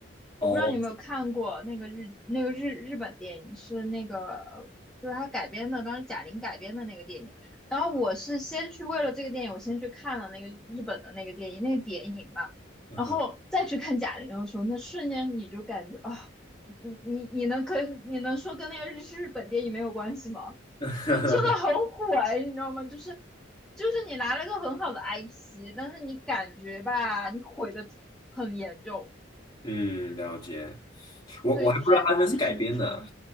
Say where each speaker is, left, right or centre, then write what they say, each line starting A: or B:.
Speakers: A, on the left; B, in the centre.
A: 哦，
B: 我不知道你有没有看过那个日那个日日本电影是那个就是他改编的，当时贾玲改编的那个电影。然后我是先去为了这个电影，我先去看了那个日本的那个电影那个电影嘛，
A: 嗯哼
B: 然后再去看贾玲的时候，那瞬间你就感觉啊，你你你能跟你能说跟那个日日本电影没有关系吗？
A: <laughs>
B: 就真的很火哎，你知道吗？就是。就是你拿了一个很好的 IP，但是你感觉吧，你毁的很严重。
A: 嗯，了解。我我还不知道他这是改编的。
B: 对，就是它剧情不说，